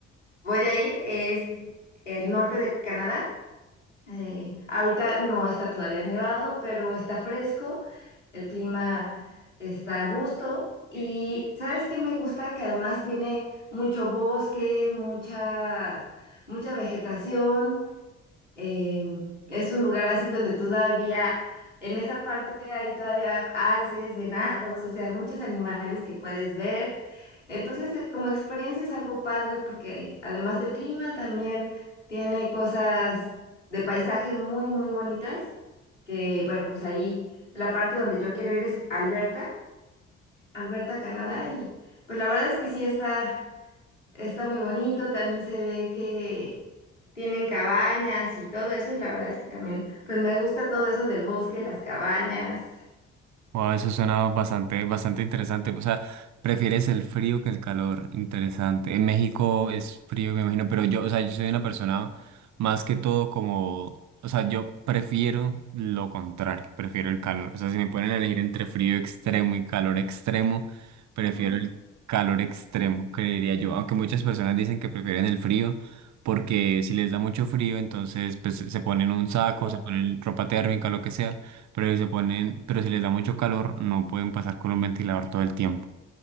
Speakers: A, on the left; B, on the right.
A: voy a ir es el norte de Canadá. Eh, ahorita no está todavía nevado, pero está fresco, el clima está a gusto y ¿sabes qué me gusta? Que además tiene mucho bosque, mucha, mucha vegetación eh, es un lugar así donde todavía, en esa parte hay todavía alces, venados, o sea, muchos animales que puedes ver. Entonces, eh, como experiencia es algo padre porque además del clima también tiene cosas de paisaje muy, muy bonitas, que bueno, pues ahí la parte donde yo quiero ir es Alberta, Alberta, Canadá, y pues la verdad es que sí está... Está muy bonito, también se ve que tienen cabañas y todo eso, y la verdad es que también, pues me gusta todo eso del bosque, las cabañas.
B: Wow, eso suena bastante, bastante interesante. O sea, prefieres el frío que el calor. Interesante. En México es frío, me imagino, pero yo, o sea, yo soy una persona más que todo como, o sea, yo prefiero lo contrario, prefiero el calor. O sea, si me ponen a elegir entre frío extremo y calor extremo, prefiero
A: Ujú.
B: el calor extremo, creería yo. Aunque muchas personas dicen que prefieren el frío porque si les da mucho frío, entonces pues se ponen un saco,
A: Exacto.
B: se ponen ropa térmica, lo que sea pero si se ponen, pero si les da mucho calor, no pueden pasar con un ventilador todo el tiempo.